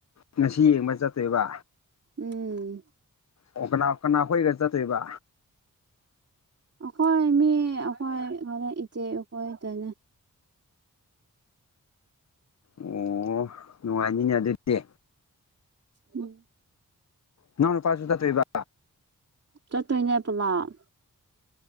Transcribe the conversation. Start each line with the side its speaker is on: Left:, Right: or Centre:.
Left: ꯉꯁꯤ ꯌꯦꯡꯕ ꯆꯠꯇꯣꯏꯕ
Right: ꯎꯝ
Left: ꯑꯣ ꯀꯅꯥ ꯀꯅꯥ ꯈꯣꯏꯒ ꯆꯠꯇꯣꯏꯕ
Right: ꯑꯩꯈꯣꯏ ꯃꯤ ꯑꯩꯈꯣꯏ ꯍꯔꯦꯟ ꯏꯆꯦ ꯑꯩꯈꯣꯏ ꯇꯅꯦ
Left: ꯑꯣ ꯅꯨꯡꯉꯥꯏꯅꯤꯅꯦ ꯑꯗꯨꯗꯤ
Right: ꯎꯝ
Left: ꯅꯅꯥꯎ ꯅꯨꯄꯥꯁꯨ ꯆꯠꯇꯣꯏꯕ
Right: ꯆꯠꯇꯣꯏꯅꯦ ꯄꯨꯂꯥꯞ